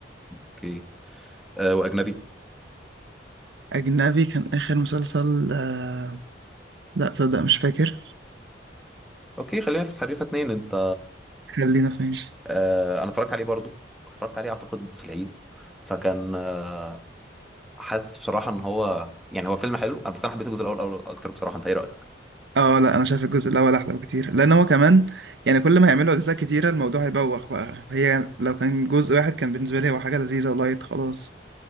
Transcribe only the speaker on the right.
أجنبي كان آخر مسلسل آه... لا تصدق مش فاكر
خلينا فين
اه لا انا شايف الجزء الاول احلى بكتير لان هو كمان يعني كل ما هيعملوا اجزاء كتيره الموضوع هيبوخ بقى هي لو كان جزء واحد كان بالنسبه لي هو حاجه لذيذه ولايت خلاص